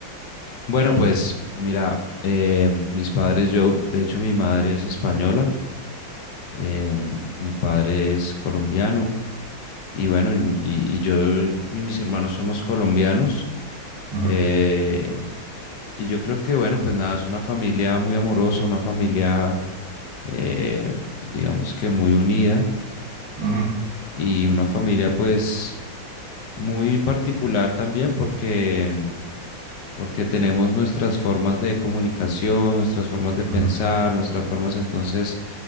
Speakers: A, on the left; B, on the right.
A: Bueno, pues mira, eh, mis padres, yo, de hecho mi madre es española, em, mi padre es colombiano. Y bueno, y, y- y yo y mis hermanos somos colombianos.
B: Ujú,
A: eh, y yo creo que, bueno, pues nada, es una familia muy amorosa, una familia, eh, digamos que muy unida
B: ujú,
A: y una familia pues muy particular también porque, porque tenemos nuestras formas de comunicación, nuestras formas de pensar,
B: ujú,
A: nuestras formas, entonces